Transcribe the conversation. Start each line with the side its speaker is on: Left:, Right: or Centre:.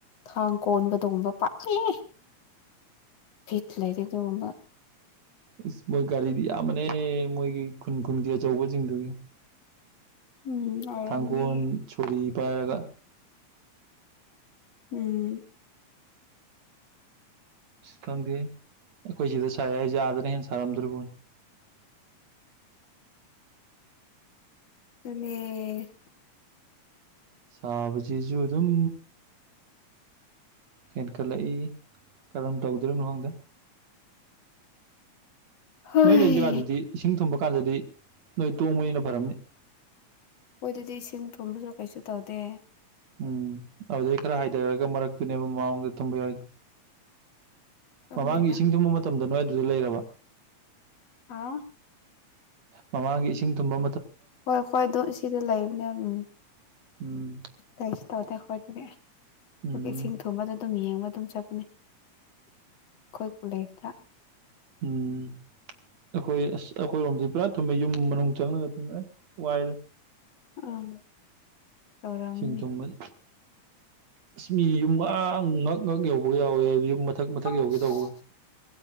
Left: ꯊꯥꯡ ꯀꯣꯟꯕꯗꯒꯨꯝꯕ ꯄꯥꯛꯂ ꯊꯤꯠ ꯂꯩꯗꯗꯤꯕ
Right: ꯏꯁ ꯃꯣꯏ ꯒꯥꯔꯤꯗꯤ ꯌꯥꯝꯌꯥꯝꯕꯅꯦ ꯃꯣꯏꯒꯤ ꯈꯨꯟ ꯈꯨꯟꯒꯤ ꯑꯆꯧꯕꯁꯤꯡꯗꯨꯒꯤ
Left: ꯎꯝ ꯑꯣꯏꯔꯝꯅꯤ
Right: ꯊꯥꯡꯒꯣꯜ ꯁꯣꯔꯤ ꯄꯥꯏꯔꯒ
Left: ꯎꯝ <inaudible>
Right: ꯁꯤ ꯈꯪꯗꯦ ꯑꯩꯈꯣꯏ ꯁꯤꯗ ꯁꯥꯏ ꯑꯩꯁꯦ ꯑꯥꯗꯅ ꯍꯦꯟꯅ ꯁꯥꯔꯝꯗ꯭ꯔꯤꯕꯅꯤ <unintelligible> <inaudible>
Left: ꯑ <unintelligible> <inaudible>
Right: ꯁꯥꯕ ꯆꯖ ꯑꯗꯨꯝ ꯍꯦꯟꯀꯜ ꯂ ꯀꯔꯝ ꯇꯣꯛꯗꯔꯝ ꯍꯍꯣꯡꯗ
Left: ꯍꯣꯏ
Right: ꯅꯣꯏ ꯂꯩꯔꯤ ꯖꯒꯥꯗꯨꯗꯤ ꯏꯁꯤꯡ ꯊꯨꯝꯕ ꯀꯥꯟꯗꯗꯤ ꯅꯣꯏ ꯇꯣꯡꯕꯅꯤꯅ ꯐꯔꯝꯅꯤ
Left: ꯍꯣꯏ ꯑꯗꯨꯗꯤ ꯏꯁꯤꯡ ꯊꯨꯝꯕꯁꯨ ꯀꯩꯁꯨ ꯇꯧꯗꯦ
Right: ꯎꯝ ꯑꯗꯨꯗꯩ ꯈꯔ ꯍꯥꯏꯊꯔꯒ ꯃꯔꯛꯇꯨꯅꯦꯕ ꯃꯥꯡꯗ ꯊꯨꯝꯕ ꯌꯥꯎꯗꯣ
Left: ꯈꯪꯗꯦꯗ
Right: ꯃꯃꯥꯡꯒꯤ ꯏꯁꯤꯡ ꯊꯨꯡꯕ ꯃꯇꯝꯗ ꯅꯣꯏ ꯑꯗꯨꯗ ꯂꯩꯔꯕ
Left: ꯑꯥ <inaudible> <unintelligible>
Right: ꯃꯃꯥꯡꯒꯤ ꯏꯁꯤꯡ ꯇꯨꯝꯕ
Left: ꯍꯣꯏ ꯍꯣꯏ ꯑꯗꯨ ꯁꯤꯗ ꯂꯩꯕꯅꯦ ꯎꯝ
Right: ꯎꯝ
Left: ꯀꯩꯁ ꯇ ꯑꯣꯗ ꯈꯣꯏꯗꯅꯦꯦ
Right: ꯎꯝ
Left: ꯑꯗꯨ ꯏꯁꯤꯡ ꯊꯨꯝꯕꯗ ꯑꯗꯨꯝ ꯌꯦꯡꯕ ꯑꯗꯨꯝ ꯆꯠꯄꯅꯦ ꯈꯣꯏ ꯎꯂꯁꯥ
Right: ꯎꯝ ꯑꯩꯈꯣꯏ ꯑꯁ ꯑꯩꯈꯣꯏꯔꯣꯝꯗꯤ ꯄꯨꯔꯥ ꯊꯨꯝꯃꯦ ꯌꯨꯝ ꯃꯅꯨꯡ ꯆꯪꯉꯒ ꯑꯗꯨ ꯋꯥꯏꯗ
Left: ꯑꯥ ꯇꯧꯔꯝꯅꯤ
Right: ꯁꯤꯡꯇꯣꯝꯕꯜ ꯑꯁ ꯃꯤ ꯌꯨꯝ ꯑ ꯉꯛ ꯉꯛ ꯌꯧꯕꯒ ꯌꯥꯎꯋꯤ ꯌꯨꯝ ꯃꯊꯛ ꯃꯊꯛ
Left: ꯑꯁ
Right: ꯌꯧꯒꯦ ꯇꯧꯕ